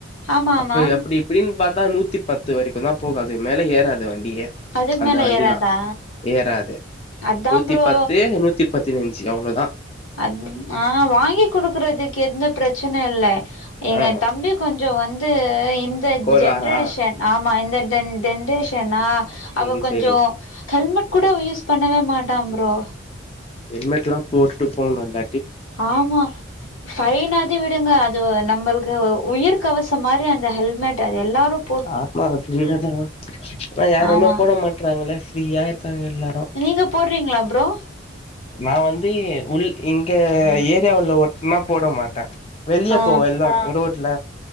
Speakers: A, on the left; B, on the left.
A: ஆமா
B: அப்ப
A: ஆமா
B: எப்படி இப்டின் பாத்தா நூத்தி பத்து வரைக்கு தா போகாது மேலே ஏறாது வண்டியே
A: அதுக்கு
B: அந்த
A: மேல
B: வண்டிலா
A: ஏறாதா
B: ஏறாது
A: அதாம்
B: நூத்தி
A: ஃப்ரோ
B: பத்து நூத்தி பதினைஞ்சி அவ்ளோதா
A: அத் ஆ வாங்கி குடுக்குறதுக்கு எந்த பிரச்சனை இல்ல எங்க
B: ஆ
A: தம்பி கொஞ்சொ வந்து இந்த
B: கோலாரா
A: ஜென்ரேஷன் ஆமா இந்த ஜென்ரேஷனா
B: செரி
A: அவ கொஞ்சோ
B: செரி
A: ஹெல்மெட் கூட யூஸ் பண்ணவே மாட்டா ஃப்ரோ
B: ஹெல்மெட்ல்லாம் போட்டுட்டு போணுல்ல
A: ஆமா ஃபைனாது விடுங்க அது நம்மள்க்கு உயிர் கவசம் மாறி அந்த ஹெல்மெட் அது எல்லாரும்
B: <unintelligible> ஆ யாருமே
A: ஆமா
B: போட மாட்றாங்களே ஃப்ரீயா இருக்காங்க எல்லாரு
A: நீங்க போட்றீங்ளா ஃப்ரோ
B: நா வந்து உள் இங்க ஏரியாவுள்ள ஒட்னா போட மாட்ட வெளிய
A: ஆ
B: போவல்ல ரோட்ல